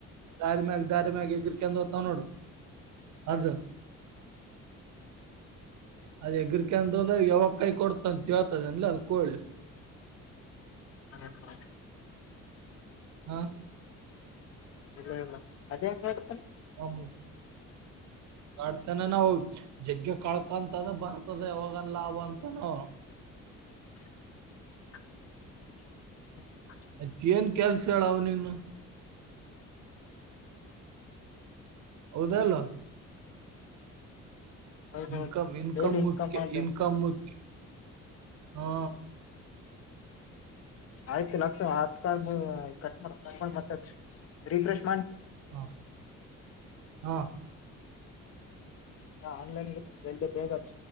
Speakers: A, on the right; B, on the left.
A: ದಾರಿಮ್ಯಾಗ ದಾರಮ್ಯಾಗ ಎಗಿರ್ಕ ಹೋಗ್ತವ ನೋಡು. ಅದು. ಅದ್ ಏಗ್ರಕ ಹೋದ್ರ ಯಾವಾಗ ಕೈ ಕೊಡ್ತ ಅಂತೇಳ್ತದನ್ಲ ಅದ ಕೋಳಿ.
B: ಹಾ.
A: ಹಾ.
B: ಇಲ್ಲ ಇಲ್ಲ ಅದೇ ಸರ್.
A: <unintelligible> ಕಾಡ್ತಾನ ನಾವು ಜಗ್ಗೆ ಕಳ್ಕಂತದ ಬರ್ತದ ಯಾವಾಗನ್ ಲಾಭ ಅಂತನ ಅವ.
B: ಹ್ಮ. <unintelligible> <unintelligible>
A: ಮತ್ತ ಏನ್ ಕೆಲ್ಸ ಹೇಳ ಅವನಿಗುನು. ಹೌದಲ್ಲ.
B: ಹೌದು
A: ಇನ್ಕಮ್ ಇನ್ಕಮ್
B: ಡೈಲಿ
A: ಮುಖ್ಯ
B: ಮಾಡ್ಲಿ
A: ಇನ್ಕಮ
B: ಅವ್ನಿಗೆ
A: ಮುಖ್ಯ ಹಾ.
B: ಆಯ್ತು ಲಕ್ಷಸ ಕ ಕಟ್ವ ಕಟ್ಟ ಮಾಡಿ ಮತ್ತ ಹಚ ರೀಫ್ರೆಶ್.
A: ಹಾ ಹಾ.
B: ಯಾ ಆನ್ಲೈನ್ ಜಲ್ದಿ ಬೇಗ ಹಚ.